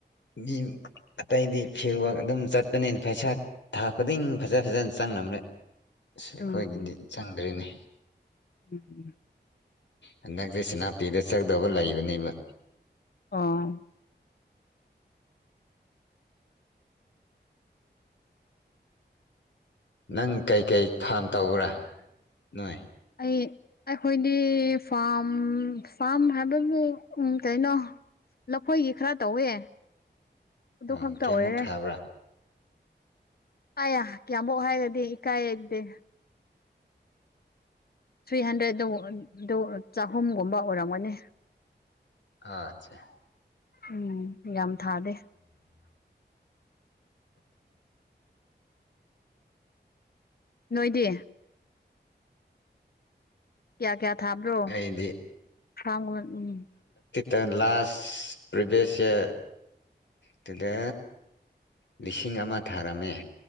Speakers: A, on the left; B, on the left.
A: ꯃꯤ ꯑꯇꯩꯗꯤ ꯐꯤꯜ ꯋꯥꯔꯛ ꯑꯗꯨꯝ ꯆꯠꯄꯅꯤꯅ ꯄꯩꯁꯥ ꯊꯥ ꯈꯨꯗꯤꯡ ꯐꯖ ꯐꯖꯅ ꯆꯪ ꯪ ꯑꯁ ꯑꯩꯈꯣꯏꯒꯤꯗꯤ
B: ꯎꯝ
A: ꯆꯪꯗ꯭ꯔꯤꯅꯦ
B: ꯎꯝ
A: ꯍꯟꯗꯛꯁꯦ ꯁꯦꯅꯥꯄꯤꯤꯗ ꯆꯪꯗꯕ ꯂꯩꯕꯅꯦꯕ
B: ꯑꯥ
A: ꯅꯪ ꯀꯩꯀꯩ ꯐꯥꯔꯝ ꯇꯧꯕ꯭ꯔꯥ ꯅꯣꯏ
B: ꯑꯩ ꯑꯩꯈꯣꯏꯗꯤ ꯐꯥꯝ ꯐꯥꯝ ꯍꯥꯏꯕꯕꯨ ꯎ ꯀꯩꯅꯣ ꯂꯈꯣꯏꯒꯤ ꯈꯔ ꯇꯧꯋꯦ ꯑꯗꯨ
A: ꯑ
B: ꯈꯛꯇ
A: ꯀꯃꯣꯛ
B: ꯑꯣꯏꯔꯦ
A: ꯈꯕ꯭ꯔꯥ
B: ꯑꯌꯥ ꯀꯌꯥꯃꯛ ꯍꯥꯏꯔꯗꯤ ꯏꯀꯥꯏ ꯂꯩꯗꯦ ꯊ꯭ꯔꯤ ꯍꯟꯗ꯭ꯔꯦꯗ ꯑꯗꯨ ꯆꯍꯨꯝꯒꯨꯝꯕ ꯑꯣꯏꯔꯝꯒꯅꯤ
A: ꯑꯆꯥꯦ
B: ꯎꯝ ꯌꯥꯝ ꯊꯥꯗꯦ ꯅꯣꯏꯗꯤ ꯀꯌꯥ ꯀꯌꯥ ꯊꯥ ꯑ꯭ꯔꯣ
A: ꯑꯩꯗꯤ
B: ꯐ ꯎꯝ
A: ꯇꯂꯥꯁ ꯄ꯭ꯔꯤꯚꯁꯦ ꯌꯔ ꯑꯗꯨꯗ ꯂꯤꯁꯤꯡ ꯑꯃ ꯊꯥꯔꯝꯃꯦ